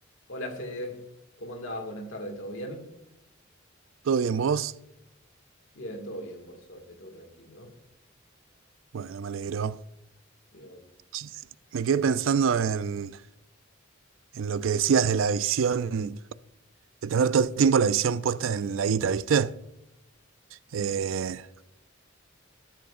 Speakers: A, on the left; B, on the right.
A: Hola Fede, ¿cómo andás? Buenas tardes, ¿todo bien?
B: ¿Todo bien vos?
A: Bien, todo bien, por suerte, todo tranquilo.
B: Bueno, me alegro.
A: Bien.
B: Ch- Me quedé pensando en, en lo que decías de la visión, de tener todo el tiempo la visión puesta en la guita, ¿viste? Eh,